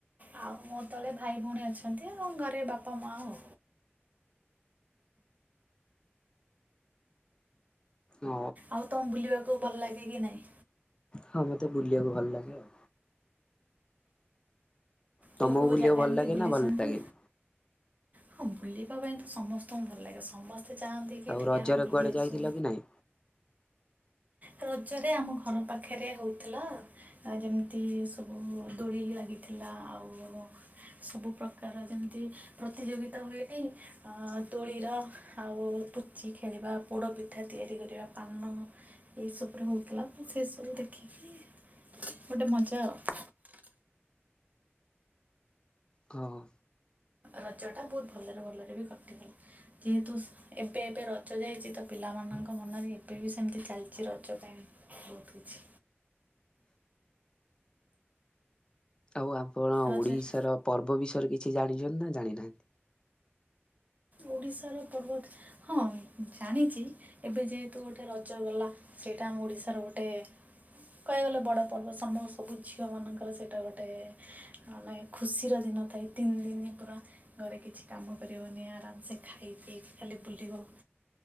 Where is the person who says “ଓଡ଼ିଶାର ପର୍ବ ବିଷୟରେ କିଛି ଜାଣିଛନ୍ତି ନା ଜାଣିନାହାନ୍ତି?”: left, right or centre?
Left